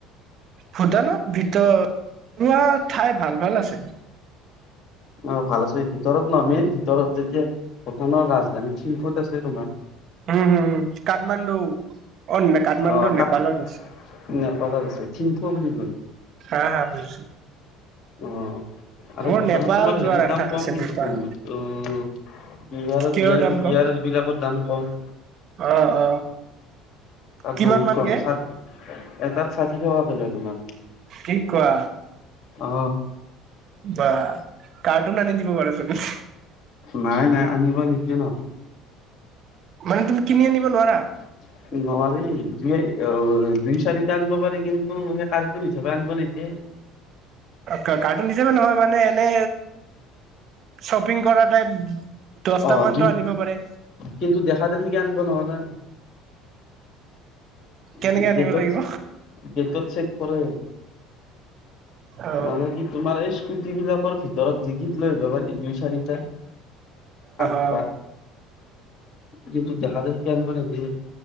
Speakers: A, on the right; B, on the left.
A: ভূটানত ভিতৰত পুৰা ঠাই ভাল ভাল আছে
B: অ ভাল আছে ভিতৰত নহ মেইন ভিতৰত যেতিয়া ভূটানৰ ৰাজধানী থিম্পুত আছে তোমাৰ
A: উম হম কাঠমাণ্ডু অ নে কাঠমাণ্ডু
B: অ
A: নেপালত
B: ক
A: আছে
B: নেপালত আছে থিম্পু বুলি কয়
A: হা হা বুজিছো
B: অ আৰু
A: মোৰ
B: ভূটানত
A: নেপাল
B: তোমাৰ
A: যোৱাৰ
B: হেৰিত দাম
A: আশা
B: কম
A: আছে
B: কিন্তু
A: নেপাল
B: ত' বিয়েৰ
A: কিহৰ
B: বিয়েৰ
A: দাম
B: বি বিয়েৰ
A: কম
B: বিলাকৰ দাম কম
A: অ অ
B: তাত
A: কিমান
B: বহুত
A: মান
B: কম
A: কে
B: চাত এটাত ষাঠি টকাকে লয় তোমাৰ
A: কি কোৱা
B: অ
A: বা কাৰ্টুন আনি দিব পাৰু চবে
B: নাই নাই আনিব নিদিয়ে ন
A: মানে তুমি কিনি আনিব নোৱাৰা
B: <unintelligible> নোৱাৰি দুই অ দুই চাৰিটা আনিব পাৰি কিন্তু সেই কাৰ্টুন হিচাপে আনিব নিদিয়ে
A: কাৰ্টুন হিচাপে নহয় মানে এনে শ্বপিং কৰা টাইপ দহটা
B: অ
A: মানতো
B: দুই
A: আনিব পাৰে
B: কিন্তু দেখা দেখিকে আনিব নোৱাৰে
A: কেনেকে
B: উ
A: আনিব
B: সেটোত
A: লাগিব
B: গেটতত চেক কৰে,
A: অ
B: মানে কি? তোমাৰ এই স্কুট বিলাকৰ ভিতৰত জিকিত লৈ আহিব পাৰি দুই চাৰিটা। আঠটা
A: অ
B: কিন্তু দেখা দেখি কে আনিব নিদিয়ে।